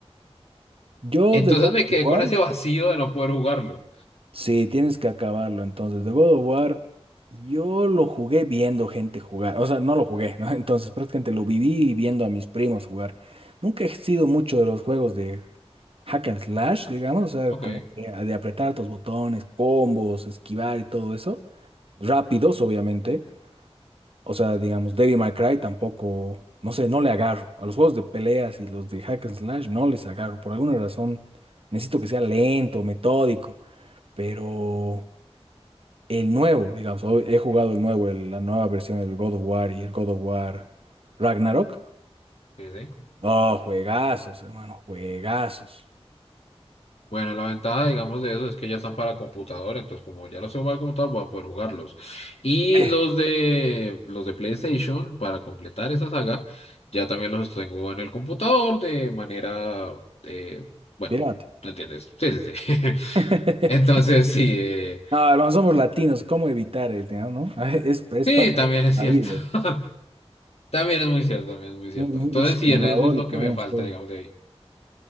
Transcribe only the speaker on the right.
Yo
de God
of War,
sí, tienes que acabarlo. Entonces, de God of War, yo lo jugué viendo gente jugar. O sea, no lo jugué, ¿no? <laughs> Entonces, prácticamente lo viví viendo a mis primos jugar. Nunca he sido mucho de los juegos de hack and slash, digamos, o sea,
como que de apretar tus botones, combos, esquivar y todo eso. Rápidos, obviamente. O sea, digamos, Devil May Cry tampoco, no sé, no le agarro. A los juegos de peleas y los de hack and slash no les agarro. Por alguna razón necesito que sea lento, metódico. Pero el nuevo, digamos, hoy he jugado el nuevo, el- la nueva versión del God of War y el God of War Ragnarok.
Oh, juegazos, hermano, juegazos.
Eh.
Pirata.
<laughs>
No, hermano, somos latinos, ¿cómo evitar el tema, no? <laughs> Es, es
parte
de
la
vida.
Un, un-
un simulador
y
tenemos
todo.